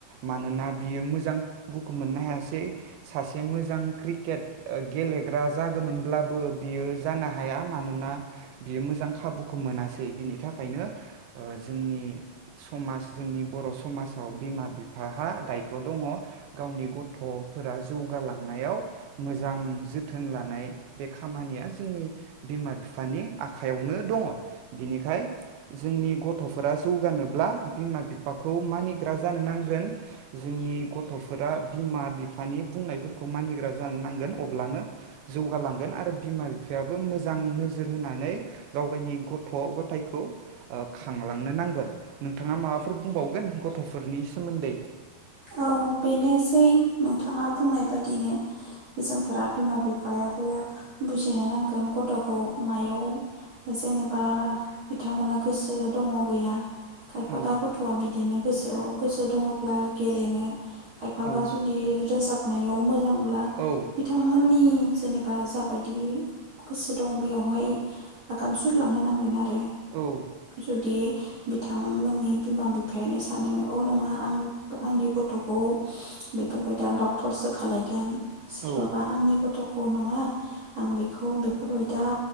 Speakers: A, on the right (about 85°); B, on the right (about 55°).
A: मानोना बियो मोजां खाबुखौ मोननो हायासै। सासे मोजां क्रिकेट गेलेग्रा जागोमोनब्लाबो बियो जानो हाया मानोना बियो मोजां खाबुखौ मोनासै। बिनि थाखायनो जोंनि समाज जोंनि बर' समाजाव बिमा बिफाहा दायथ' दङ गावनि गथ'फोरा जौगालांनायाव मोजां जोथोन लानाय बे खामानिया जोंनि बिमा बिफानि आखाइयावनो दङ'। बिनिखाय जोंनि गथ'फोरा जौगानोब्ला बिमा बिफाखौ मानिग्रा जानो नांगोन। जोंनि गथ'फोरा बिमा बिफानि बुंनायफोरखौ मानिग्रा जानो नांगोन अब्लानो जौगालांगोन आरो बिमा बिफायाबो मोजां नोजोर होनानै गावगायनि गथ' गथायखौ ओ खांलांनो नांगोन। नोंथाङा माबाफोर बुंबावगोन गथ'फोरनि सोमोन्दै?
B: औ बेनोसै नोंथाङा बुंनाय बादिनो जोंफोरा बिमा बिफायाबो बुजिनो नांगोन गथ'खौ मायाव जेनेबा बिथांमोना गोसो दङ' गैया। खायफाबा
A: औ
B: गथ'वा बिदिनो गोसोआव गोसो दङ'ब्ला गेलेनो खायफाबा
A: औ
B: जुदि रोजाब नायाव मोजां मोनोब्ला
A: औ
B: बिथांमोननि जेनेबा जाबायदि गोसो दं बेयावहाय आगान सुरलांहोनांगोन आरो
A: औ
B: जुदि बिथांमोननि बिमा बिफायानो सानो अ नङा आं आंनि गथ'खौ बेफोरबायदि डक्टरसो खालायगोन सोरबाबा
A: औ
B: आंनि गथ'खौ नङा आं बेखौ बेफोरबाय दा